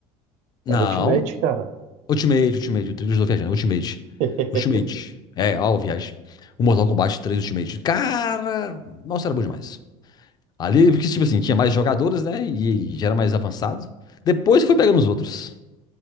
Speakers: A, on the left; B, on the right.
A: Não.
B: era Ultimate, cara.
A: Ultimate, Ultimate. O Trilos do viajando. Ultimate.
B: <laughs>
A: Ultimate. É, ó, viagem. O Mortal Kombat três Ultimate. Cara, nossa, era bom demais. Ali, porque, tipo assim, tinha mais jogadores, né? E já era mais avançado. Depois eu fui pegando os outros.